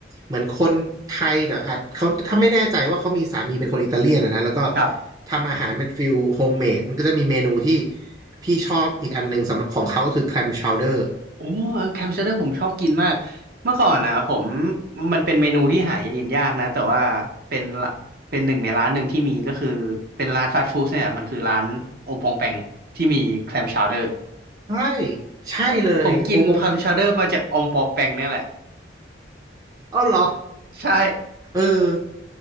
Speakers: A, on the right (about 20°); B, on the right (about 50°).
A: เหมือนคนไทยแต่อาจเขาถ้าไม่แน่ใจว่าเขามีสามีเป็นคนอิตาเลียนอะนะแล้วก็
B: ครับ
A: ทำอาหารเป็นฟิลโฮมเมดมันก็จะมีเมนูที่พี่ชอบอีกอันหนึ่งสำหรับของเขาก็คือแคลมชาวเดอร์
B: โอ้แคมเชอร์เดอร์ผมชอบกินมากเมื่อก่อนนะผมมันเป็นเมนูที่หากินยากนะ แต่ว่าเป็นละเป็นหนึ่งในร้านหนึ่งที่มีก็คือเป็นร้านฟาสต์ฟู้ดเนี่ยมันคือร้านโอปองแปงที่มีแคมชาวเดอร์
A: ใช่ใช่เลยโอบง
B: เอ่อผมกินแคมชาวเดอร์มาจากอองปองแปงเนี่ยแหละ
A: เอ้าเหรอ
B: ใช่
A: เออ